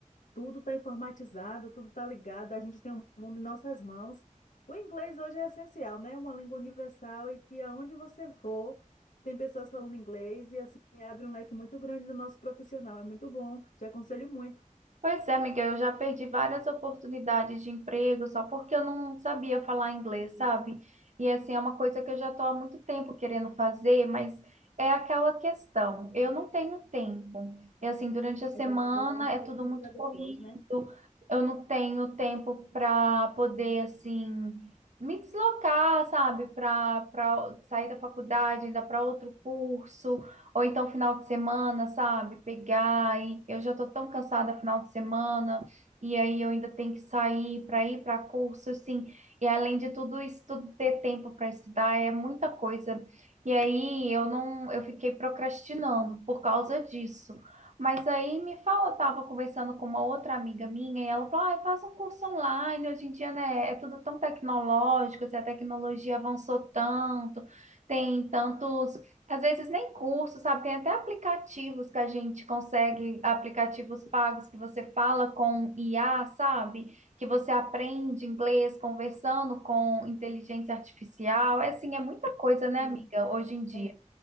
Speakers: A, on the left (about 70°); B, on the right (about 60°).
A: Tudo está informatizado, tudo está ligado, a gente tem o mundo em nossas mãos. O inglês hoje é essencial, né? É uma língua universal e que aonde você for, tem pessoas falando inglês e assim abre um leque muito grande do nosso profissional. É muito bom, te aconselho muito.
B: Pois é, Miguel, eu já perdi várias oportunidades de emprego só porque eu não sabia falar inglês, sabe? E assim, é uma coisa que eu já estou há muito tempo querendo fazer, mas é aquela questão, eu não tenho tempo. E assim, durante a semana
A: A gente vai sempre
B: é
A: deixando
B: tudo muito
A: para depois,
B: corrido,
A: né?
B: eu não tenho tempo para poder, assim, me deslocar, sabe? Para para sair da faculdade, ainda para outro curso. Ou então final de semana, sabe? Pegar e eu já tô tão cansada final de semana, e aí eu ainda tenho que sair para ir para curso, assim. E além de tudo isso, tudo ter tempo para estudar é muita coisa. E aí eu não, eu fiquei procrastinando por causa disso. Mas aí me fala, eu tava conversando com uma outra amiga minha e ela falou: ah, faz um curso online, hoje em dia, né, é tudo tão tecnológico, assim, a tecnologia avançou tanto, tem tantos às vezes nem curso, sabe? Tem até aplicativos que a gente consegue, aplicativos pagos que você fala com IA, sabe? Que você aprende inglês conversando com inteligência artificial. É assim, é muita coisa, né,
A: Sim.
B: amiga, hoje em dia.
A: É.